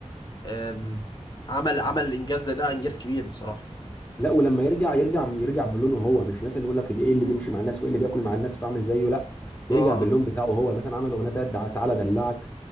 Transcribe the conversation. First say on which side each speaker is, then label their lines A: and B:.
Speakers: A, on the left; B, on the left.
A: أم، عمل عمل انجاز زي ده انجاز كبير بصراحه
B: لا ولما يرجع يرجع يرجع بلونه هو مش مثلا يقول لك دي ايه اللي
A: مم.
B: بيمشي مع الناس وايه اللي بياكل مع الناس فاعمل زيه لا يرجع
A: اه
B: باللون
A: اه
B: بتاعه هو مثلا عمل اغنيه بتاعت دع- تعالى دلعك